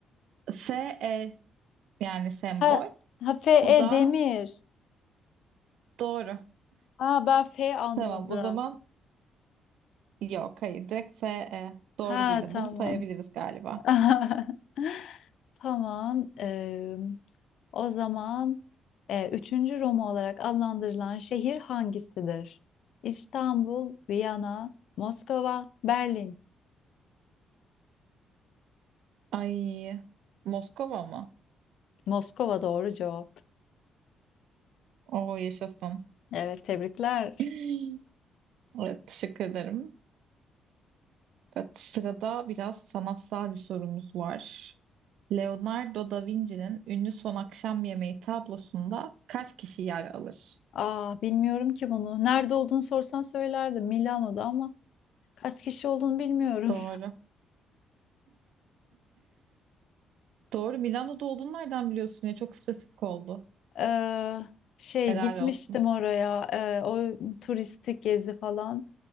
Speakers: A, on the right; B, on the left.
A: S E yani sembol.
B: Ha, ha F,
A: Bu
B: E,
A: da
B: Demir.
A: doğru.
B: Ha, ben F anladım.
A: Tamam o zaman yok hayır direkt F E Doğru
B: Ha,
A: bildim.
B: tamam.
A: Bunu sayabiliriz galiba.
B: <laughs> Tamam. eee, o zaman eee, üçüncü Roma olarak adlandırılan şehir hangisidir? İstanbul, Viyana, Moskova, Berlin.
A: Ay Moskova mı?
B: Moskova doğru cevap.
A: Oo yaşasın.
B: Evet tebrikler.
A: <laughs> <gasps> Evet teşekkür ederim. Evet, Sırada biraz sanatsal bir sorumuz var. Leonardo da Vinci'nin ünlü Son Akşam Yemeği tablosunda kaç kişi yer alır?
B: Aa bilmiyorum ki bunu. Nerede olduğunu sorsan söylerdim Milano'da ama kaç kişi olduğunu bilmiyorum.
A: Doğru. Doğru. Milano'da olduğunu nereden biliyorsun ya? Çok spesifik oldu.
B: Ee, şey
A: Helal
B: gitmiştim
A: olsun.
B: oraya ee, o turistik gezi falan